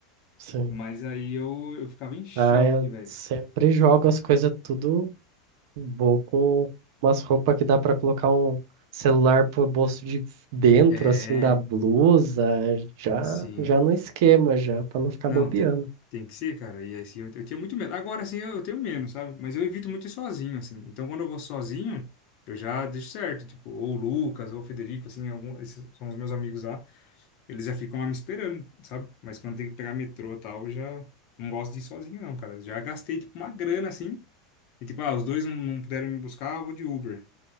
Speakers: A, on the right; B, on the left.
A: Sim.
B: Mas aí eu, eu ficava em choque,
A: Ah, eu
B: velho.
A: sempre jogo as coisas tudo. Vou com umas roupas que dá pra colocar um celular pro bolso de dentro,
B: É,
A: assim, da blusa. Já,
B: sim.
A: já no esquema, já, pra não ficar
B: Não,
A: bobeando.
B: tem, tem que ser, cara. E assim, eu, eu tinha muito medo. Agora, assim, eu, eu tenho menos, sabe? Mas eu evito muito ir sozinho, assim. Então, quando eu vou sozinho, eu já deixo certo. Tipo, ou o Lucas, ou o Federico, assim, algum, esses são os meus amigos lá. eles já ficam lá me esperando, sabe? Mas quando tem que pegar metrô e tal, eu já não gosto de ir sozinho, não, cara. Já gastei, tipo, uma grana, assim. E, tipo, ah, os dois não, não puderam me buscar, eu vou de Uber.